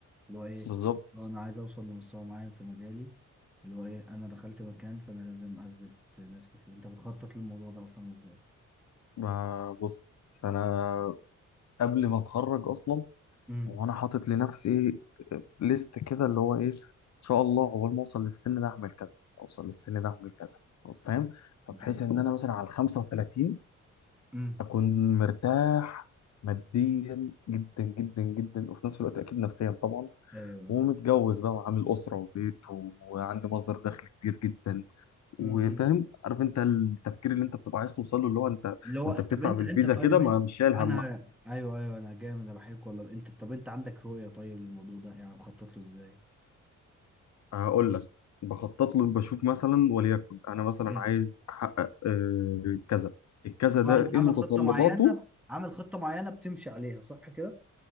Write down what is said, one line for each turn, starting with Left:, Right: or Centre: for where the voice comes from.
Centre: اللي هو ايه
Left: بالظبط
Centre: لو انا عايز اوصل لمستوى معين في مجالي اللي هو ايه انا دخلت مكان فانا لازم اثبت نفسي فيه انت بتخطط للموضوع ده اصلا ازاي
Left: ما بص انا قبل ما اتخرج اصلا
Centre: امم
Left: وانا حاطط لنفسي ايه ليست كده اللي هو ايه ان شاء الله اول ما اوصل للسن ده اعمل كذا اوصل للسن ده اعمل كذا فاهم
Centre: جامد
Left: فبحيث ان انا مثلا على ال 35
Centre: امم
Left: اكون مرتاح ماديا جدا جدا جدا وفي نفس الوقت اكيد نفسيا طبعا
Centre: ايوه
Left: ومتجوز بقى وعامل أسرة وبيت وعنده مصدر دخل كبير جدا وفاهم
Centre: امم
Left: عارف انت التفكير اللي انت بتبقى عايز توصل له اللي هو انت
Centre: اللي هو
Left: وانت
Centre: طب
Left: بتدفع
Centre: انت
Left: بالفيزا
Centre: انت طيب
Left: كده
Centre: انت-
Left: ما مش شايل همها
Centre: انا ايوه ايوه انا جامد انا بحبك والله انت طب انت عندك رؤيه طيب للموضوع ده يعني مخطط له ازاي؟
Left: هقول لك بخطط له بشوف مثلا وليكن انا مثلا
Centre: مم.
Left: عايز احقق آه، كذا الكذا
Centre: اللي
Left: ده
Centre: هو انت
Left: ايه
Centre: عامل
Left: متطلباته
Centre: خطه معينه عامل خطه معينه بتمشي عليها صح كده؟